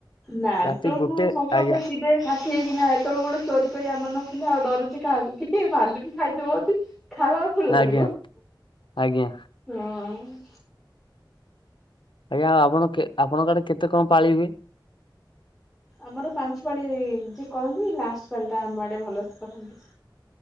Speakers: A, in the centre; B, on the left.
A: ନାଇଁ,
B: ରାତି
A: ସବୁ
B: ଗୋଟେ
A: ସମସ୍ତେ
B: ଆଜ୍ଞା
A: ଥିବେ ଖା ଠିକି ନା ଏତେବେଳେ ଗୋଟେ ଚୋରି କରିବା ମନ ଥିଲା। ଆଉ ଡରୁଛି କାହାକୁ ଭାଲୁ ବି ଖାଇଦେବ ଯଦି ଖାଉ ଆମେ ଫୁଲ
B: ଆଜ୍ଞା
A: ତୋଳିବୁ।
B: ଆଜ୍ଞା।
A: ହଁ
B: ଆଜ୍ଞା ଆ ଆପଣ ଆପଣଙ୍କ ଆଡେ କେତେ କଣ ପାଳି ହୁଏ?
A: ଆମର ପାଞ୍ଚ ପାଳି ଯିଏ କରନ୍ତି ଲାଷ୍ଟ ପାଳି ଟା ଆମ ଆଡେ ଭଲସେ କରନ୍ତି।